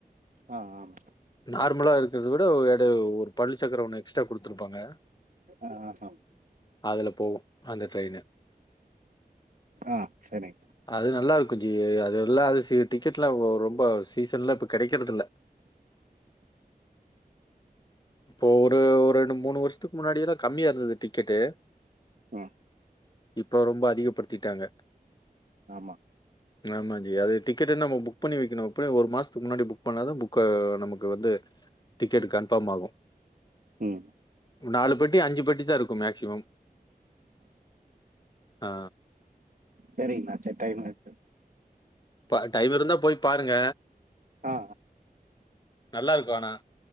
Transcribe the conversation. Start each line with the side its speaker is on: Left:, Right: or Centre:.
Right: ஆ ஆமா
Left: நார்மலா இருக்றத விட எட ஒரு பள்ளிச்சக்கர ஒன்னு எக்ஸ்ட்ரா குடுத்துருப்பாங்க
Right: ஆஹ
Left: அதுல போவு அந்த ட்ரெயினு
Right: ஆ சரிங்
Left: அது நல்லாருக்கு ஜி அது எல்லா அது சி டிக்கெட்லா ரொம்ப சீசன்லா இப்போ கெடைக்றதுல்ல இப்போ ஒரு ஒரு ரெண்டு மூணு வருஷத்துக்கு முன்னாடியெல்லா கம்மியா இருந்தது டிக்கெட்டு
Right: ம்
Left: இப்போ ரொம்ப அதிகப்படுத்திட்டாங்க
Right: ஆமா
Left: ஆமா ஜி அது டிக்கட்டு நம்மோ புக் பண்ணி வெக்கணு எப்டியு ஒரு மாசத்துக்கு முன்னாடி புக் பண்ணாதா புக்கா நமக்கு வந்து டிக்கட் கன்ஃபாம் ஆகு
Right: ம்
Left: நாலு பெட்டி அஞ்சு பெட்டி தா இருக்கு மேக்சிமம் ஆ
Right: சேரிங்ணா சேரி டைம் ஆச்சு
Left: ப டைம் இருந்தா போய் பாருங்க
Right: ஆ
Left: நல்லாருக்கு ஆனா